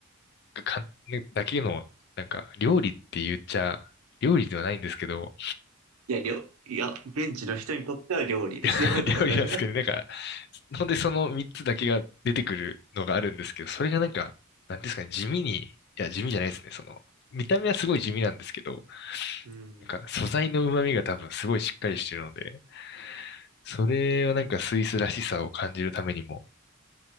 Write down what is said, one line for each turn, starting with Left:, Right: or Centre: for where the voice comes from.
Left: がかねだけの、なんか料理って言っちゃ、料理ではないんですけど、
Right: いや、りょ、いや、現地の人にとっては料理ですよ、
Left: <laughs>
Right: 多分。
Left: 料理なんですけど、なんか、ほんでその3つだけが出てくるのがあるんですけど、それがなんか、なんですかね、地味に、いや、地味じゃないですね、その、見た目はすごい地味なんですけど、
Right: うん。
Left: なんか素材の旨味が多分すごいしっかりしてるので、それはなんかスイスらしさを感じるためにも、